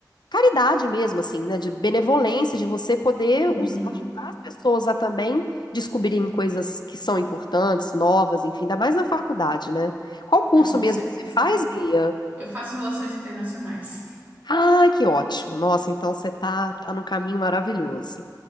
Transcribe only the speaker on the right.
Uhum.
Não, com
certeza.
Eu faço relações internacionais.